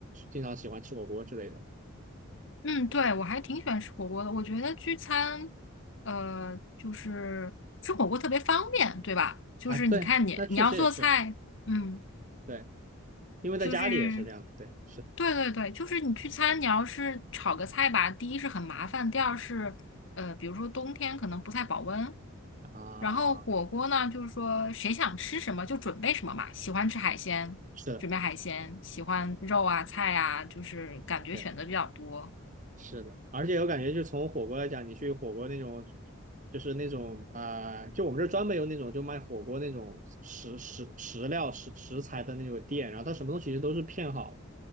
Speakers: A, on the right (about 35°); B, on the left (about 55°).
A: 经常喜欢吃火锅之类的
B: 嗯，对，我还挺喜欢吃火锅的。我觉得聚餐，呃，就是吃火锅特别方便，对吧？就是你看你你要做菜，
A: 啊。对，那确实也是
B: 嗯。
A: 对，因为在家里也是这样的，
B: 就是
A: 对，是的
B: 对对对，就是你聚餐，你要是炒个菜吧，第一是很麻烦，第二是呃，比如说冬天可能不太保温。
A: 啊，
B: 然后火锅呢，就是说谁想吃什么就准备什么嘛，喜欢吃海鲜，
A: 是的。
B: 准备海鲜；喜欢肉啊、菜啊，就是感觉选择比较多。
A: 对。是的，而且我感觉，就从火锅来讲，你去火锅那种，就是那种啊、呃就我们这儿专门有那种就卖火锅那种食食食料食食材的那种店，然后它什么东西其实都是片好的，